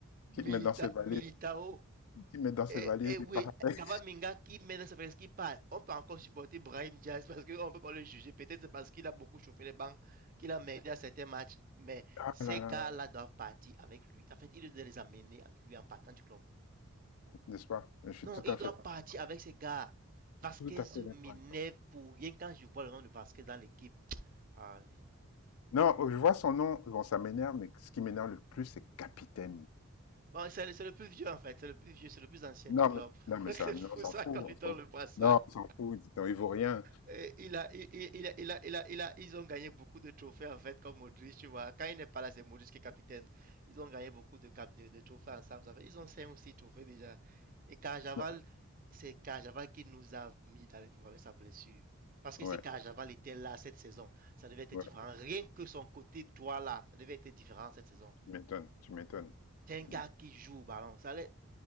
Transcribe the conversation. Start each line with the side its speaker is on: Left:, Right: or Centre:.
Right: Milita,
Left: Qui te met dans ses valises,
Right: Militao,
Left: qui te met dans ses
Right: et,
Left: valises,
Right: et oui,
Left: il part avec.
Right: Cavaminga qui mène sa qui part. On peut encore supporter Brahim Diaz parce qu'on peut pas le juger. Peut-être c'est parce qu'il a beaucoup chauffé les bancs, qu'il a merdé à certains matchs. Mais
Left: Ah
Right: ces
Left: là là,
Right: gars-là doivent partir avec lui. En fait, il doit les amener avec lui en partant du club.
Left: n'est-ce pas? Je suis
Right: Non,
Left: tout
Right: il
Left: à
Right: doit
Left: fait,
Right: partir avec ces gars. Vasquez
Left: tout à fait d'accord
Right: m'énerve
Left: avec toi.
Right: pour rien quand je vois le nom de Vasquez dans l'équipe. Ah,
Left: Non, euh, je vois son nom, bon, ça m'énerve, mais ce qui m'énerve le plus, c'est capitaine.
Right: Bon, c'est le, le plus vieux en fait, c'est le plus vieux, c'est le plus ancien
Left: Non,
Right: du club.
Left: mais, non,
Right: <laughs>
Left: mais
Right: C'est
Left: ça, non,
Right: fou
Left: on s'en
Right: ça
Left: fout,
Right: qu'on
Left: on
Right: lui donne
Left: s'en fout.
Right: le brassard.
Left: Non, on s'en fout, dis donc, il vaut rien.
Right: Et il a, il, il- il a, il a, il a, ils ont gagné beaucoup de trophées en fait, comme Modric, tu vois. Quand il n'est pas là, c'est Modric qui est capitaine. Ils ont gagné beaucoup de, cap- de, de trophées ensemble. Ça fait- ils ont 5 ou 6 trophées déjà. Et Carjaval,
Left: Non,
Right: c'est Carjaval qui nous a mis dans les problèmes avec sa blessure. Parce que
Left: Ouais,
Right: si Voilà, Carjaval était là cette saison, ça devait être
Left: ouais,
Right: différent. voilà. Rien que son côté droit là, ça devait être différent cette saison.
Left: tu m'étonnes, tu m'étonnes,
Right: C'est
Left: tu
Right: un gars
Left: m'étonnes.
Right: qui joue au ballon. Ça allait...